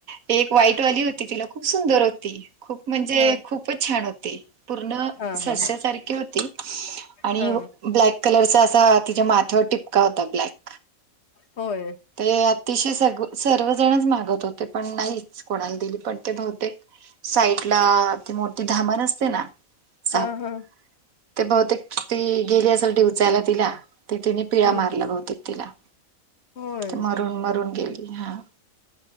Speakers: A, on the right (about 80°); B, on the left (about 55°).
A: एक वाईट वाली होती तिला खूप सुंदर होती खूप म्हणजे
B: हा
A: खूपच छान होती. पूर्ण
B: हा
A: सस्यासारखी
B: हा
A: होती आणि
B: हा
A: ब्लॅक कलरचा असा तिच्या माथ्यावर टिपका होता ब्लॅक.
B: होय.
A: ते अतिशय सग सर्वजणच मागत होते पण नाहीच कोणाला दिली पण ते बहुतेक साईड ला ते मोठीे धामण असते ना. साप
B: ह ह.
A: ते बहुतेक ती गेली असेल डिवचायला तिला त तिने
B: हम्म
A: पिळा मारला बहुतेक तिला.
B: होय
A: मरून मरून गेली हा.